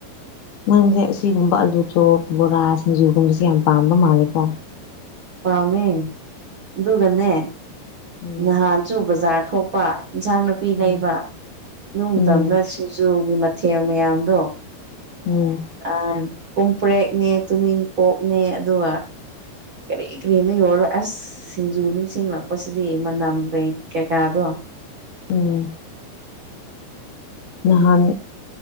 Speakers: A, on the left; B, on the right.
A: ꯅꯣꯏꯁꯦ ꯑꯁꯤꯒꯨꯝꯕ ꯑꯂꯨ ꯆꯣꯞ ꯕꯣꯔꯥ ꯁꯤꯡꯖꯨꯒꯨꯝꯕꯁꯦ ꯌꯥꯝ ꯄꯥꯝꯕ ꯃꯥꯜꯂꯦꯀꯣ
B: ꯄꯥꯝꯃꯦ ꯑꯗꯨꯒꯅꯦ
A: ꯎꯝ
B: ꯅꯍꯥꯟ ꯁꯤꯡꯖꯨ ꯕꯖꯥꯔ ꯊꯣꯛꯄ ꯏꯟꯁꯥꯡ ꯅꯥꯄꯤ
A: ꯎꯝ
B: ꯂꯩꯕ ꯏ
A: ꯎꯝ
B: ꯇꯝꯅ ꯁꯤꯡꯖꯨꯒꯤ ꯊ ꯃꯌꯥꯝꯕꯣ
A: ꯎꯝ
B: ꯑ ꯀꯨꯝꯄꯔꯦꯛꯅꯦ ꯇꯨꯅꯤꯡ ꯀꯣꯛꯅꯦ ꯑꯗꯨꯒ ꯀꯔꯤ ꯀꯔꯤꯅꯣ ꯌꯣꯜꯂꯣ ꯑꯁ ꯁꯤꯡꯖꯨ ꯅꯨꯡ ꯁꯤꯡꯉꯛꯄꯁꯤꯗꯤ ꯃꯅꯝ ꯀꯩ ꯀꯩꯀꯥꯗꯣ
A: ꯎꯝ ꯅꯍꯥꯟ